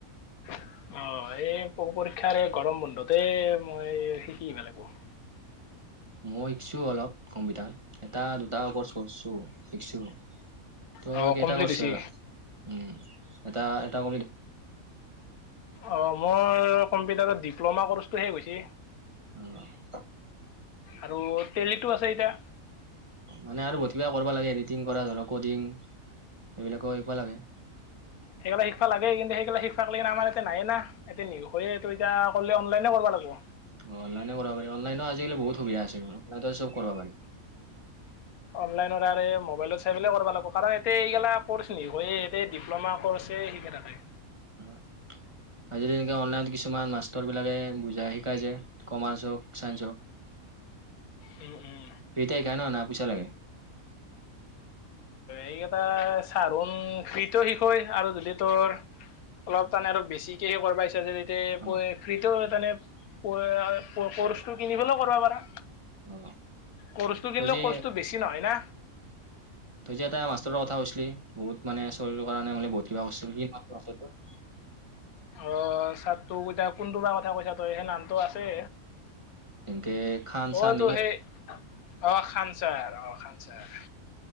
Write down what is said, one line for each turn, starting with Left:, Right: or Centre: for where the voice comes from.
Left: অ', এই পৰীক্ষাৰ এই গৰম বন্ধতে, মই শিকিব আহিব লাগিব।
Right: মই শিকিছো, অলপ কম্পিউটাৰ, এটা দুটা কৰ্চ কৰিছো, শিকিছো। তই
Left: অ'
Right: কেইটা
Left: কমপ্লিট
Right: কৰছা?
Left: হৈছে
Right: উম, এটা এটা <unintelligible>
Left: অ, মোৰ কম্পিউটাৰত ডিপ্ল'মা কৰ্চটো শেষ হৈছে।
Right: অ',
Left: আৰু, তেলিতো আছে এতিয়া।
Right: মানে, আৰু বহুত কিবা কৰিব লাগে, এডিটিং কৰা ধৰক, কডিং, এইবিলাকো শিকিবা লাগে।
Left: সেইগিলা শিকবা লাগেই, কিন্তু, সেইগিলা শিকবা লেগি, আমাৰ এয়াতে নাই না, এতিয়া <unintelligible> <unintelligible> অনলাইনে কৰিব লাগিব।
Right: অ', অনলাইনে কৰিব পাৰি। অনলাইনো, আজিকালি, বহুত সুবিধা আছে, চব কৰিব পাৰি।
Left: অনলাইনত, মবাইলত চাই পেলাই কৰিবা লাগিব, কাৰণ, এগিলা কৰ্চ। <unintelligible> ডিপ্ল'মা কৰ্চেই, শিকে থাকে।
Right: অ', আজিল তেনেকে অনলাইনত কিছুমান মাষ্টৰবলাকে বুজাই শিকাই য কমাৰ্চ হওক, চাইন্ঞ্চ হওক
Left: উম, উম।
Right: <unintelligible> না, পইচা লাগে?
Left: এইকেইটা, <unintelligible> শিকয়, আৰু যদি তোৰ অলপ তানে, আৰু বেছিকে কৰিবা ইচ্ছা, <unintelligible>
Right: অ
Left: ফ্ৰীতে, <unintelligible> ক'ৰ্চটো কিনি পেলৈও কৰিব পাৰা।
Right: অ
Left: কৰ্চটো
Right: তই
Left: কিনলেও,
Right: যে
Left: কৰ্চটো বেছি নহয়, না।
Right: তই যে এটা মাষ্টৰ কথা কৈছিলি, বহুত <unintelligible> কাৰণে, মানে, বহুত কিবা কৰিছিল। <unintelligible>
Left: অ', ছাৰ তোক এতিয়া কোনটো বা কথা কৈছা, তই সেই নামটো আছে।
Right: এনকে, খান-চান
Left: অ' তো সেই অ, ' খানচাৰ, অ', খানচাৰ।